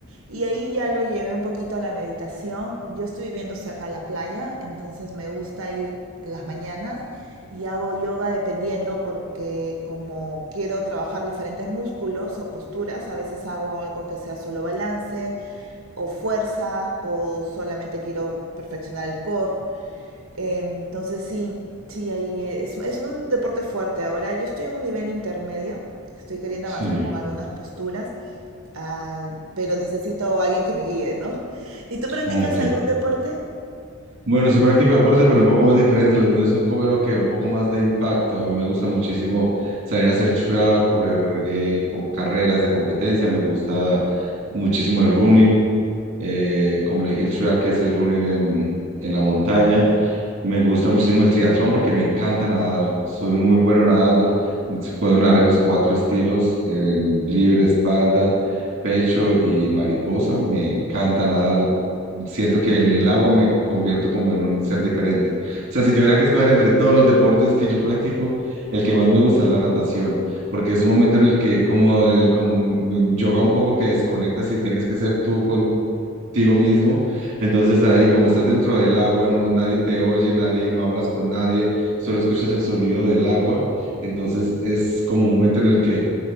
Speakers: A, on the right; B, on the right.
A: Y ahí ya lo llevé un poquito a la meditación. Yo estoy viviendo cerca de la playa, entonces me gusta ir las mañanas y hago yoga dependiendo porque como quiero trabajar diferentes músculos o posturas, a veces hago algo que sea solo balance o fuerza o solamente quiero perfeccionar el core. Eh, Entonces sí, sí, ahí es, es un deporte fuerte. Ahora yo estoy en un nivel intermedio, estoy queriendo
B: sí,
A: avanzar con algunas posturas, ah, pero necesito a alguien que me guíe, ¿no? ¿Y tú practicas
B: ok.
A: algún deporte?
B: Bueno, sí practico deporte, pero un poco más diferente. Los míos son como creo que un poco más de impacto. A mí me gusta muchísimo salir a hacer track, correr eh, com- carreras de competencia. Me gusta muchísimo el running. eh, como le dije, el trial, que es el running en, en la montaña. Me gusta muchísimo el triatlón porque me encanta nadar. Soy muy bueno nadando. Puedo nadar en los cuatro estilos, en libre, espalda, pecho y mariposa. Me encanta nadar. Siento que en el agua me convierto como en un ser diferente. O sea, si tuviera que escoger entre todos los deportes que yo practico, el que más me gusta es la natación, porque es un momento en el que como el como m- m- yoga un poco que desconectas y tienes que ser tú con contigo mismo. Entonces ahí, como estás dentro del agua, no, nadie te oye, nadie, no hablas con nadie, solo escuchas el sonido del agua. Entonces es como un momento en el que